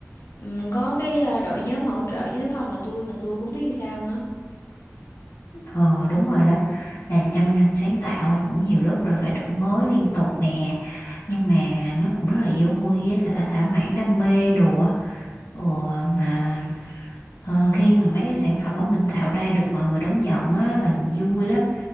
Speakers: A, on the left; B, on the left.
A: ừm, có cái à, đội nhóm hỗ trợ chứ nếu không là tôi mình tôi cũng biết làm sao nữa
B: ờ đúng rồi đó làm trong ngành sáng tạo thì cũng nhiều lúc là phải đổi mới liên tục nè nhưng mà nó cũng rất là vô vui với thả thỏa mãn đam mê đồ á ừ, mà ờ, khi mà mấy cái sản phẩm mà mình tạo ra được mọi người đón nhận á là mình vui lắm